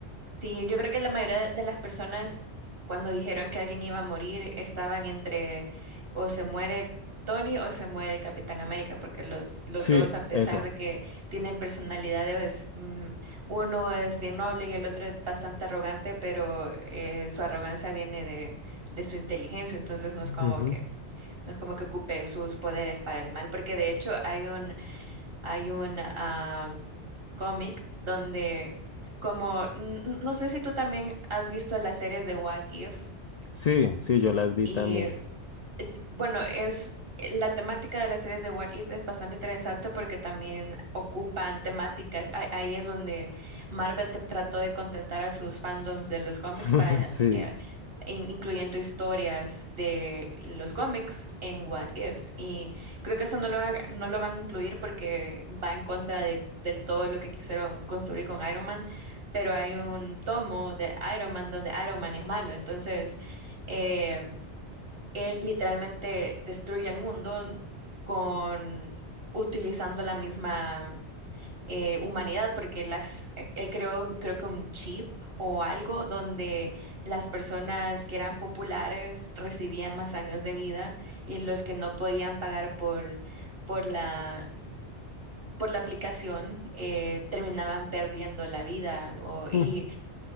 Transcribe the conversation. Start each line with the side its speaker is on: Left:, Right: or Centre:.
Right: Sí, yo creo que la mayoría de las personas cuando dijeron que alguien iba a morir estaban entre o se muere Tony o se muere el Capitán América, porque los, los
Left: Sí,
Right: dos, a pesar
Left: eso.
Right: de que tienen personalidades, mm, uno es bien noble y el otro es bastante arrogante, pero eh, su arrogancia viene de, de su inteligencia, entonces no es como
Left: Ujú.
Right: que, no es como que ocupe sus poderes para el mal, porque de hecho hay un hay un ah, cómic donde, como, n- n- no sé si tú también has visto las series de What If,
Left: Sí, sí, yo las vi
Right: y
Left: también.
Right: eh, Bueno, es eh, la temática de las series de What If es bastante interesante porque también ocupan temáticas. Ah- Ahí es donde Marvel t- trató de contentar a sus fandoms de los cómics
Left: <laughs>
Right: para
Left: Sí.
Right: eh, in- incluyendo historias de los cómics en What If. Y creo que eso no lo, van a- no lo van a incluir porque va en contra de del todo lo que quisieron construir con Iron Man. Pero hay un tomo de Iron Man donde Iron Man es malo. Entonces, eh, él literalmente destruye el mundo con utilizando la misma eh, humanidad, porque las, eh, él creó, creo que un chip o algo donde las personas que eran populares recibían más años de vida y los que no podían pagar por, por la, por la aplicación eh, terminaban perdiendo la vida. o- y
Left: Mm.